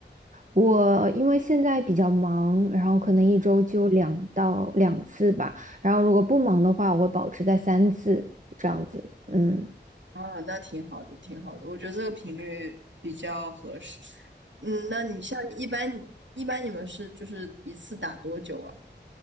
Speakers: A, on the right; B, on the right.
A: 我因为现在比较忙，然后可能一周就两到两次吧，然后如果不忙的话，我会保持在三次这样子。嗯，
B: 啊，那挺好的，挺好的，我觉得这个频率比较合适。嗯，那你像一般一般你们是就是一次打多久啊？